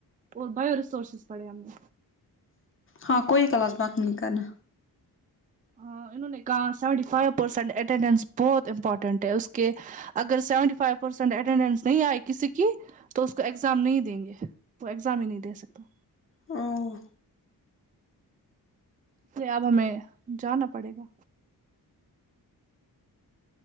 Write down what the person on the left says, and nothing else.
ہاں کوئی کلاس بینق نہیں کرنا
ہمم